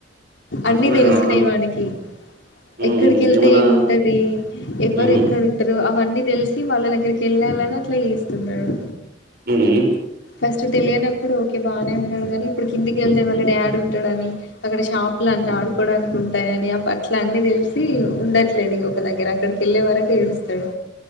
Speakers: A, on the left; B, on the right.
A: అన్నీ
B: అట్లా
A: తెలిసినాయి
B: అట్లా
A: వానికి
B: హ్మ్
A: ఎక్కడికి వెళ్తే
B: ఏమన్నా
A: ఏముంటది ఎవరు
B: హుహు
A: ఎక్కడ ఉంటారు అవన్నీ తెలిసి వాళ్ళ దగ్గరికి వెళ్ళాలని అట్లా చేస్తున్నాడు
B: హ్మ్
A: ఫస్ట్ తెలియనప్పుడు ఓకే బానే డు కానీ ఇప్పుడు కిందికెళ్తే వాళ్ళ డాడీ ఉంటాడు అని అక్కడ షాపులు అన్ని ఆడుకోవడానికి ఉంటాయని అట్ ఇట్లా అన్నీ తెలిసి ఉండట్లేడు ఇక ఒక దగ్గర అక్కడికి వెళ్ళే వరకు ఏడుస్తాడు